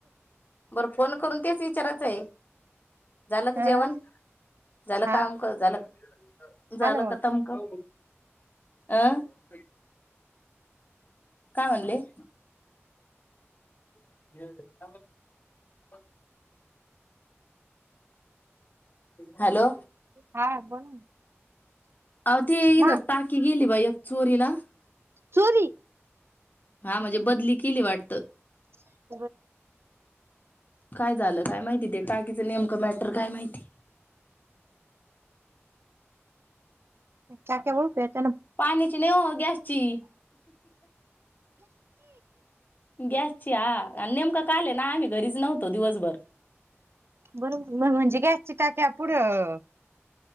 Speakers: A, on the left; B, on the right.
A: बरं फोन करून तेच विचारा. आहे. झालं क
B: अं?
A: जेवण झालं
B: हा
A: काम कर झालं? तूझलं
B: हा ना
A: खतम
B: मग
A: कर. आं. ह. काय म्हणले. <inaudible> ह. हॅलो
B: हा बोला ना.
A: अ तेथ
B: ना
A: टाकी गेली भय. चोरीला.
B: चोरी.
A: हा म्हणजे बदली केली वाटत.
B: <inaudible>
A: काय झालं काय माहिती ते टाकीचं नेमकं म तर काय माहिती.
B: का मोल <inaudible>
A: पाण्याची ने हो गॅसची गॅसची हा आणि नेमक काल ना आम्ही घरीच नव्हत. तो दिवसभर.
B: बरो म्हणजे कायचे टाक पुढं.